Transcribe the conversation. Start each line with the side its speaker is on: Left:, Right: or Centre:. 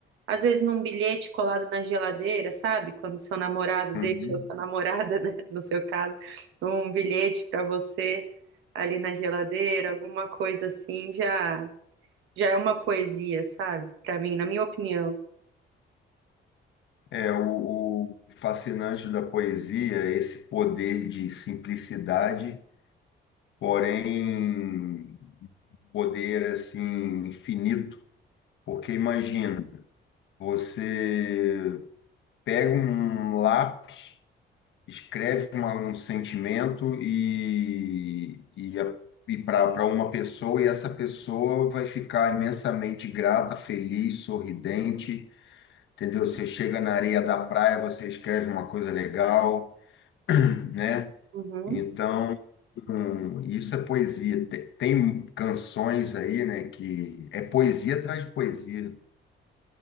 Right: Às vezes num bilhete colado na geladeira, sabe? Quando seu namorado
Left: Uhum.
Right: <laughs> deixa, ou sua namorada, né? No seu caso, um bilhete para você ali na geladeira, alguma coisa assim, já já é uma poesia, sabe? Para mim, na minha opinião.
Left: É o, o fascinante da poesia, é esse poder de simplicidade porém poder assim infinito, porque imagina, você pega um lápis, escreve uma- um sentimento e, e, a- e para uma pessoa, e essa pessoa vai ficar imensamente grata, feliz, sorridente, entendeu? Você chega na areia da praia, você escreve uma coisa legal, né?
Right: Uhum.
Left: Então, com- isso é poesia. Te- Tem, canções aí, né, que é poesia atrás de poesia.